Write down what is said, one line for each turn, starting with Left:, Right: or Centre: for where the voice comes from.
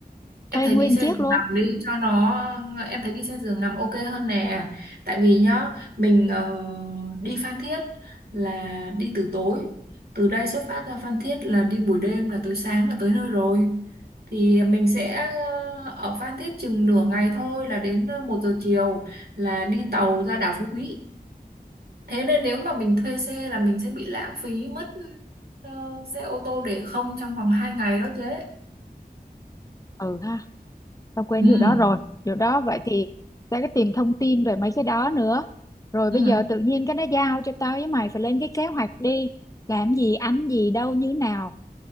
Right: Em
Left: thuê
Right: thấy
Left: nguyên
Right: đi xe
Left: chiếc
Right: giường
Left: luôn
Right: nằm đi cho nó em thấy đi xe giường nằm ok hơn nè. Tại vì nhá, mình ờ, đi Phan Thiết là đi từ tối. Từ đây xuất phát ra Phan Thiết là đi buổi đêm là tới sáng là tới nơi rồi. Thì mình sẽ ờ, ở Phan Thiết chừng nửa ngày thôi là đến ờ, một giờ chiều là đi tàu ra đảo Phú Quý. Thế nên nếu mà mình thuê xe là mình sẽ bị lãng phí mất ờ, xe ô tô để không trong vòng 2 ngày đó chứ.
Left: ừ ha tao quên
Right: Ừ.
Left: điều đó rồi điều đó vậy thì sẽ có tìm thông tin về mấy cái đó nữa rồi
Right: Ừ.
Left: bây giờ tự nhiên cái nó giao cho tao với mày phải lên cái kế hoạch đi làm gì ăn gì đâu như nào